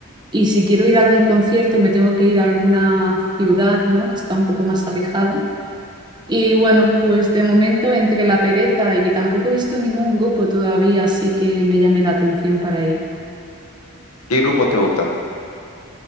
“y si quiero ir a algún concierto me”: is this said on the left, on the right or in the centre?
Right